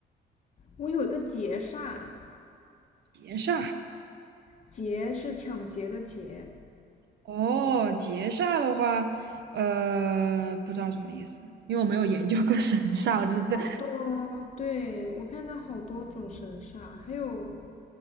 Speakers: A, on the left; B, on the right.
A: 我有一个劫煞，
B: 劫煞
A: 劫是抢劫的劫，
B: 哦，劫煞的话，呃，不知道什么意思，因为我没有研究过 <laughs> 神煞，我就是对
A: 好多，对，我看它好多种神煞，还有